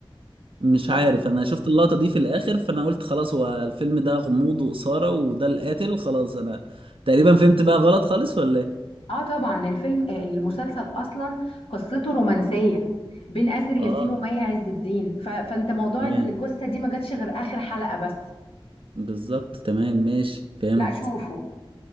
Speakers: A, on the right; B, on the left.
A: مش
B: مال-
A: عارف انا شفت اللقطه دي في الاخر فانا قلت خلاص هو الفيلم ده غموض واثاره وده القاتل خلاص انا تقريبا فهمت بقى غلط خالص ولا ايه
B: اه طبعا الفيلم آه، المسلسل اصلا قصته رومانسية بين اسر ياسين
A: اه
B: ومي عز الدين ف... فانت موضوع
A: تمام
B: الجثة دي ما جاتش غير اخر حلقة بس
A: بالظبط تمام ماشي فهمت
B: لا شوفه